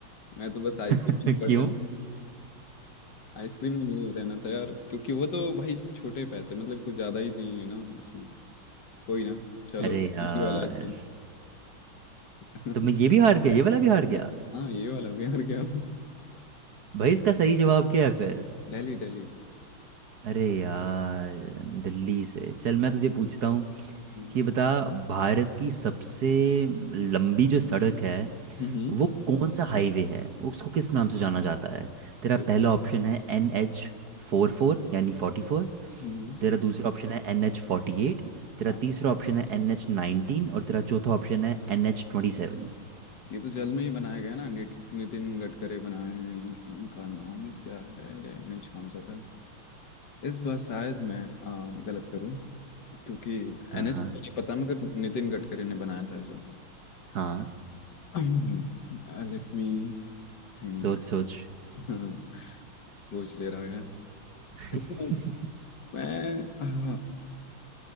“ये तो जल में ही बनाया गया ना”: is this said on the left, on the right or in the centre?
Left